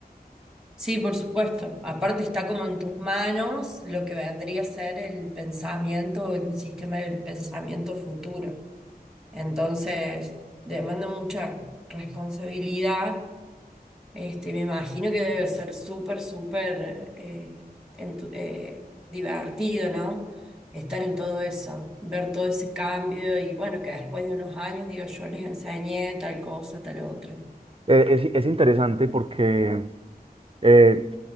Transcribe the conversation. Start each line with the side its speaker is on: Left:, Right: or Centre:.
Centre: Sí, por supuesto. Aparte está como en tus manos lo que vendría a ser el pensamiento, el sistema del pensamiento futuro. Entonces, demanda mucha responsabilidad. Este, me imagino que debe ser súper, súper eh, entu- eh, divertido, ¿no? Estar en todo eso, ver todo ese cambio y bueno, que después de unos años, digo, yo les enseñé tal cosa, tal otra.
Right: Eh, es, es interesante porque Eh,